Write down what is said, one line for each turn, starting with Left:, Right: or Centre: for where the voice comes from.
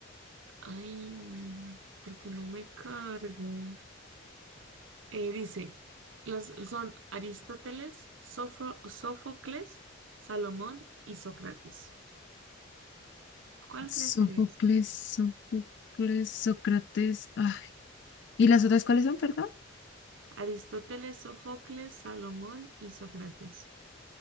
Right: ay, porque no me cargo. Eh, dice, los, son Aristóteles, Sofo- Sófocles, Salomón y Sócrates. ¿Cuál
Left: Sófocles,
Right: crees que es?
Left: Sófocles, Sócrates. Ay. ¿Y las otras cuáles son, perdón?
Right: Aristóteles, Sófocles, Salomón y Sócrates.